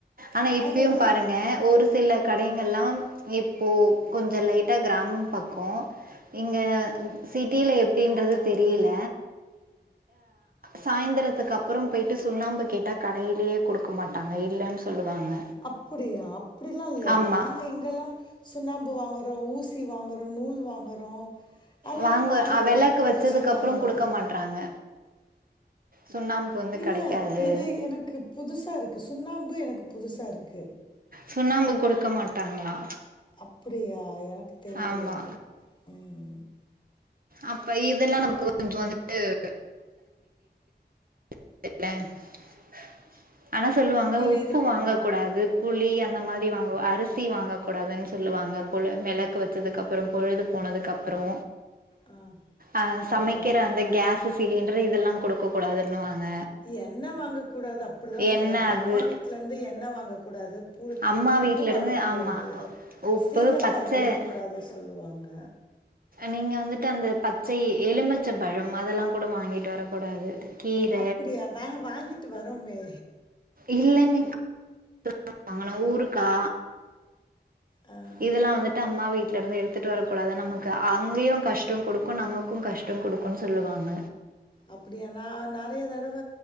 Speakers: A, on the right; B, on the left.
A: ஆனா இப்பயு
B: அது
A: பாருங்க ஒரு சில கடைங்கல்லாம் இப்போ கொஞ்ஜோ லைட்டா கிராமம் பக்கோ இங்க சிட்டில எப்டின்றது தெரியில சாய்ந்தரத்துக்கு அப்புறம் போய்ட்டு சுண்ணாம்பு கேட்டா கடையிலேயே குடுக்க மாட்டாங்க இல்லன் சொல்லுவாங்க
B: அப்புடியா அப்புடிலா இல்ல
A: ஆமா.
B: நாங்க இங்கெல்லா சுண்ணாம்பு வாங்குறோ ஊசி வாங்குறோ நூல் வாங்குறோ அதெல்லா
A: வாங்க
B: வாங்குறோ
A: அ வெளக்கு
B: பிரச்சன
A: வச்சதுக்கு அப்புறோ
B: இல்ல
A: குடுக்க மாட்றாங்க சுண்ணாம்பு வந்து
B: இல்ல
A: கெடைக்காது
B: இது எனக்கு புதுசாக இருக்கு சுண்ணாம்பு எனக்கு புதுசாருக்கு
A: சுண்ணாம்பு குடுக்க மாட்டாங்களா
B: அப்புடியா எனக்கு தெரியில
A: ஆமா
B: இது ம்
A: அப்ப இதெல்லா நமக்கு கொஞ்சொ வந்துட்டு <inaudible> <unintelligible> ஆனா சொல்லுவாங்க
B: புரியுது
A: உப்பு
B: புரியுது
A: வாங்க கூடாது புளி அந்த மாரி வாங்க அரிசி வாங்கக்க கூடாதுன் சொல்லுவாங்க புல வெளக்கு வெச்சதுக்கப் அப்பறோ பொழுது போனதுக்கப்புறோ
B: ஆ
A: அ சமைக்கிற
B: ஆ
A: அந்த கேஸ்சு சிலிண்டரு இதெல்லா கொடுக்க கூடாதுன்னுவாங்க
B: எண்ண வாங்க கூடாது அப்டிதா சொல்லுவாங்க
A: என்ன அது
B: அம்மா வீட்லந்து எண்ண வாங்க கூடாது பு
A: அம்மா
B: உப்பு
A: வீட்ல
B: வாங்கக்கூடாது
A: இருந்து ஆமா உப்பு
B: சீகக்காய்
A: பச்ச
B: வாங்கக்கூடாது சொல்லுவாங்க
A: நீங்க வந்துட்டு அந்த பச்சை எலுமிச்சம் பழம் அதெல்லாங் கூட வாங்கிட்டு வர கூடாது கீர
B: அப்டியா நாங்க வாங்கிட்டு வரோமே
A: இல்லைங்க <inaudible> வாங்கனு ஊருகா
B: ஆ
A: இதெல்லா வந்துட்டு அம்மா வீட்டு்ல இருந்து எடுத்துட்டு வரக்கூடாது நமக்கு அங்கேயு கஷ்டொங் கொடுக்கூ நமக் க்கூ கஷ்டோங் கொடுக்குன்னு சொல்லுவாங்க
B: அப்புடியா நா நறைய தடவ